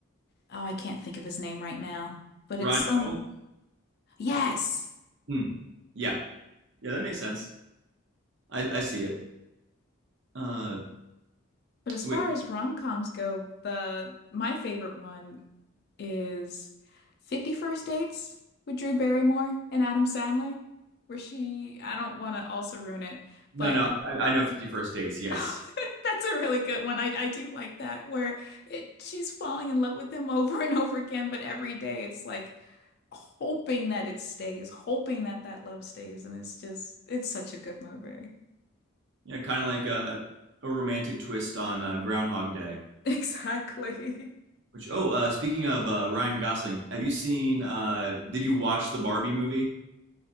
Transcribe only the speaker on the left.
oh, I can't think of his name right now. But
it's some
yes.
But as
far as rom-coms go, the my favorite one is 50 First Dates with Drew Barrymore and Adam Sandler, where she I don't want to also ruin it,
but
<laughs> That's a really good one. I, I do like that where it she's falling in love with him <laughs> over and over again, but every day it's like hoping that it stays, hoping that that love stays, and it's just it's such a good movie. <laughs>
Exactly.